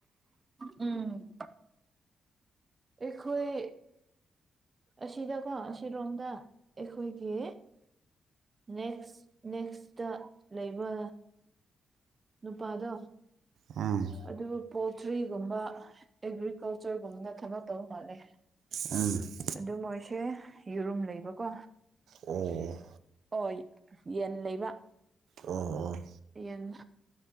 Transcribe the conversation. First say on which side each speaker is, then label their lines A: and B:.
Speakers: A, on the right; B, on the right.
A: ꯎꯝ ꯑꯩꯈꯣꯏ ꯑꯁꯤꯗꯀꯣ ꯑꯁꯤꯔꯣꯝꯗ ꯑꯩꯈꯣꯏꯒꯤ ꯅꯦꯛꯁ ꯅꯦꯛꯁꯇ ꯂꯩꯕ ꯅꯨꯄꯥꯗꯣ
B: ꯎꯝ
A: ꯑꯗꯨ ꯄꯣꯜꯇ꯭ꯔꯤꯒꯨꯝꯕ ꯑꯦꯒ꯭ꯔꯤꯀꯜꯆꯔꯒꯨꯝꯕꯅ ꯊꯕꯛꯇꯧ ꯃꯥꯜꯂꯦ
B: ꯑ
A: ꯑꯗꯨ ꯃꯣꯏꯁꯦ ꯌꯦꯔꯨꯝ ꯂꯩꯕꯀꯣ
B: ꯑꯣ
A: ꯍꯣꯏ ꯌꯦꯟ ꯂꯩꯕ
B: ꯑꯣ ꯑꯣ
A: ꯌꯦꯟ